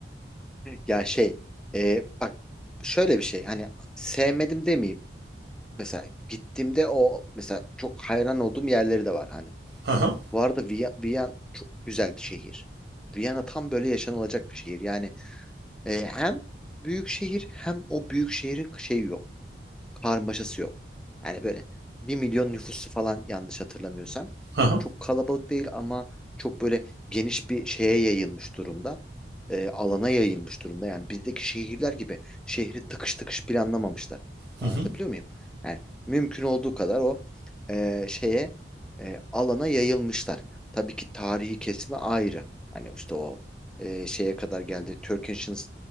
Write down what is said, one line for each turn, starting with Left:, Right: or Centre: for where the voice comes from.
Centre: Ya şey e, bak şöyle bir şey hani sevmedim demeyeyim mesela gittiğimde o mesela çok hayran olduğum yerleri de var hani.
Right: Hı hı.
Centre: Bu arada Viya- Viyana çok güzel bir şehir. Viyana tam böyle yaşanılacak bir şehir. Yani e, hem büyük şehir hem o büyük şehrin şeyi yok karmaşası yok. Yani böyle bir milyon nüfusu falan yanlış hatırlamıyorsam.
Right: Hı hı.
Centre: Çok kalabalık değil ama çok böyle geniş bir şeye yayılmış durumda. Ee, alana yayılmış durumda. Yani bizdeki şehirler gibi şehri tıkış tıkış planlamamışlar.
Right: Hı
Centre: Anlatabiliyor
Right: hı.
Centre: muyum? Yani mümkün olduğu kadar o e, şeye e, alana yayılmışlar. Tabii ki tarihi kesme ayrı. Hani işte o e, şeye kadar geldi. Turk Ancient